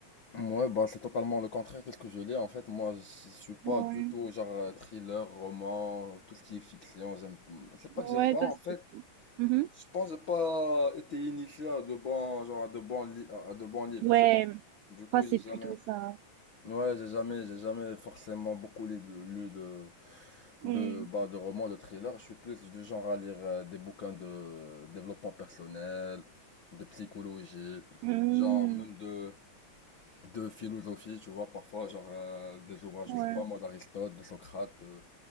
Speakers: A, on the left (about 75°); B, on the right (about 85°).
A: Ouais, bah c'est totalement le contraire de ce que je lis. En fait, moi, je suis pas
B: Ouais,
A: du tout genre euh, thriller, roman, tout ce qui est fiction. J'aime, c'est pas
B: ouais,
A: que j'aime pas.
B: toi,
A: En fait,
B: c'est cool. Mhm.
A: je pense que j'ai pas été initié à de bons, genre à de bons li- à de bons livres.
B: Ouais,
A: Tu vois. Du coup,
B: moi, c'est
A: j'ai jamais.
B: plutôt ça.
A: Ouais, j'ai jamais, j'ai jamais forcément beaucoup lu de, lu de, de,
B: Mm.
A: bah, de romans, de thrillers. Je suis plus du genre à lire euh, des bouquins de développement personnel, de psychologie,
B: Mm.
A: genre même de de philosophie, tu vois, parfois, genre euh, des ouvrages,
B: Ouais.
A: je sais pas moi, d'Aristote, de Socrate, euh,